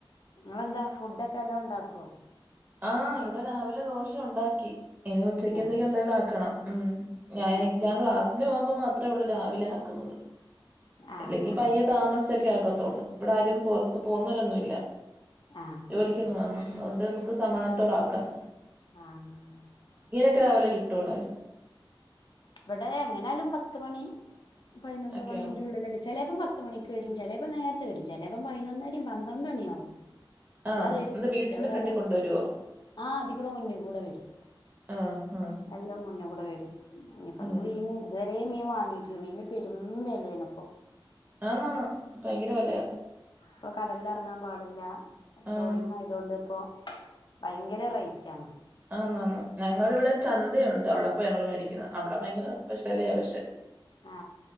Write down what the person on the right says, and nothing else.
ആഹ് ഇവിടെ രാവിലെ ദോശ ഉണ്ടാക്കി ഇനി ഉച്ചക്കത്തേക്ക്
എന്തേലും ആക്കണം ഉം ഞാന്ക്കാൻ
ക്ലാസ്സിന് പോഉമ്പം മാത്രേ ഉള്ളൂ രാവിലെ ആക്കുന്നത്
ഇല്ലെങ്കി
പയ്യെ താമസക്കെ ആക്കത്തോള്ളൂ ഇവിടെ ആരും പുറത്ത് പോകുന്നവരൊന്നുല്ല
ജോലികൊന്നും
അതൊണ്ട് നമുക്ക് സമാനത്തോട ആക്കാം
ക്കെ രാവിലെ കിട്ടോടെ
ഒക്കെയോ
ആഹ്
എന്താ
വീട്ടിന്റെ ഫ്രണ്ടിൽ
കൊണ്ടുവരുവോ
ആഹ് ആഹ്
ഉം
ആന്നാന്ന് ഭയങ്കര വിലയാ
ആഹ്
ആന്ന് ആന്ന് ഞങ്ങടിവിടെ ചന്തയുണ്ട് അവിടെ പോയ ഞങ്ങള് മേടിക്കുന്നത് അവിടെ ഭയങ്കര വിലയ പക്ഷെ